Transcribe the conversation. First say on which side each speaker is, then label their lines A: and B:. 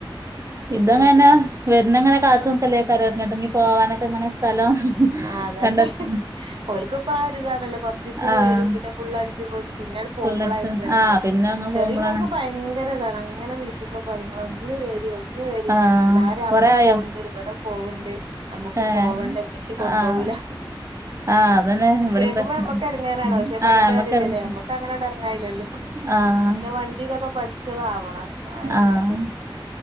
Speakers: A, on the right; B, on the right.
A: ഇതങ്ങനെ
B: എന്തി
A: വരുന്നങ്ങനെ കാത്ത് നിക്കല്ലായിരിക്കും എങ്ങോട്ടെങ്കിൽ പോവാനൊക്കെ ഇനി സ്ഥലം
B: ആ അതന്നെ
A: കണ്ടെത്തി
B: ഓൽക്ക് ഇപ്പ ആ ഒരു ഇതാണല്ലോ കൊറച്ചീസത്തിന്
A: ആഹ്
B: വരും പിന്നെ ഫുള്ളടിച്ച് പൊളിച്ച പിന്നെ അങ്ങ്ട്ട് പോകുമ്പോളായിരിക്കും
A: ഫുള്ളടിച്ച്
B: എടങ്ങെറ്
A: ആഹ് പിന്നെ അങ്ങ്
B: ചെറിയ
A: പോകുമ്പളാണ്
B: മോക്ക് ഭയങ്കര ഇതാണ് അങ്ങനെ വിളിക്കുമ്പോ പറയും ഇങ്ങള് ഒന്ന് വേരി ഒന്ന് വേരി
A: ആഹ്
B: എല്ലാരും അവിടെ
A: കൊറേ ആയോ
B: പോണ്ട് ഇവിടെ പോവണ്ട് നമ്മുക്ക്
A: ഏഹ്
B: പോവണ്ടെ ഉമ്മച്ചി കൊണ്ടോവൂല
A: ആഹ് ആഹ് അതന്നെ ഇവിടേം
B: കേൾക്കുമ്പോ
A: പ്രശ്നം
B: നമ്മക്ക് ഇടങ്ങാറാണ് പക്ഷെ പറഞ്ഞിട്ട്
A: ആഹ് നമ്മക്കെറങ്ങാ
B: കാര്യല്ലല്ലോ നമ്മക്ക് അങ്ങനെ അങ്ങ്ട്ട് അറങ്ങാൻ കഴിയില്ലല്ലോ
A: ആഹ്
B: വണ്ടിതൊക്കെ പഠിച്ചതാവണം അങ്ങനെ ആയ
A: ആഹ്
B: പിന്നെ പ്രശ്നം